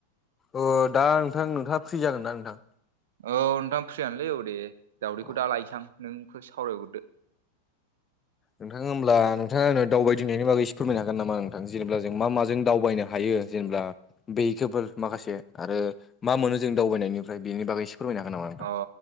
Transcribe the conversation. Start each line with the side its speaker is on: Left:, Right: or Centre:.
Left: अ दा नोंथां नोंथाङा फ्रि जागोन ना नोंथां?
Right: औ नोंथां फ्रियानोलै औ दे दाउदैखौ
Left: अ
Right: दा लायनोसै आं नोंखौ सावरायहरदो‌।
Left: नोंथाङा होमब्ला नोंथाङा आंनो दावबायदिंनायनि बागै एसे फोरमायनो हागोन नामा नोंथां जेनेब्ला जों मा माजों दावबायनो हायो? जेनेब्ला बेखोफोर माखासे आरो मा मोनो जों दावबायनायनिफ्राय बेनि बागै एसे फोरमायनो हागोन नामा? नोंथां?
Right: अ